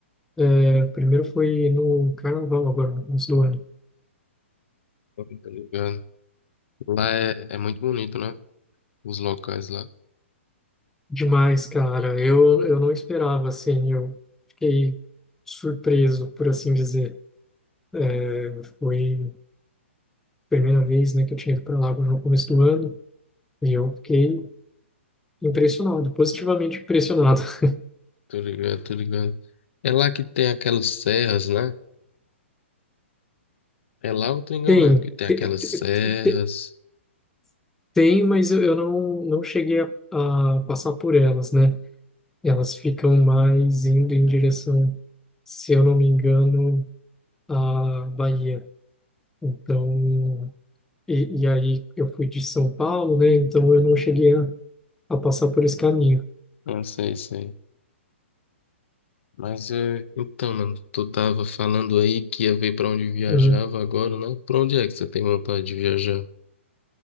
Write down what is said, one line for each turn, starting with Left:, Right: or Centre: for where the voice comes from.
Centre: É, primeiro foi no carnaval, agora, no começo do ano.
Left: Ah, Tô ligado. Lá é, é muito bonito, né? Os locais lá.
Centre: Demais, cara. Eu, eu não esperava, assim, eu fiquei surpreso, por assim dizer. É, foi a primeira vez, né, que eu tinha ido para lá no começo do ano e eu fiquei impressionado, positivamente impressionado. <laughs>
Left: Tô ligado, tô ligado. É lá que tem aquelas serras, né? É lá eu tô enganado,
Centre: Tem,
Left: que tem aquelas
Centre: te- te-
Left: serras.
Centre: te- te- tem, mas eu eu não, não cheguei a, a passar por elas, né? Elas ficam mais indo em direção, se eu não me engano, à Bahia. Então, E, e aí eu fui de São Paulo, né? Então eu não cheguei a, a passar por esse caminho.
Left: Não sei, sei. Mas é. Então, mano, tu tava falando aí que ia ver pra onde viajava
Centre: né?
Left: agora, né? Pra onde é que você tem vontade de viajar?